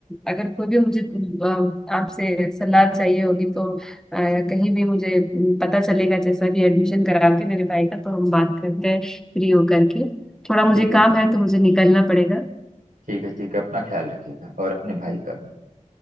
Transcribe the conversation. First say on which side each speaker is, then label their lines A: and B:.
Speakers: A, in the centre; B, on the right.
A: अगर कोई भी मुझे अ, आपसे सलाह चाहिए होगी तो अ, कहीं भी मुझे पता चलेगा जैसा भी एडमिशन करा के मेरे भाई का तो हम बात करते हैं फ्री होकर के थोड़ा मुझे
B: ठीक है
A: काम
B: ठीक
A: है तो मुझे निकलना पड़ेगा
B: ठीक है ठीक है अपना ख्याल रखिएगा और अपने भाई का भी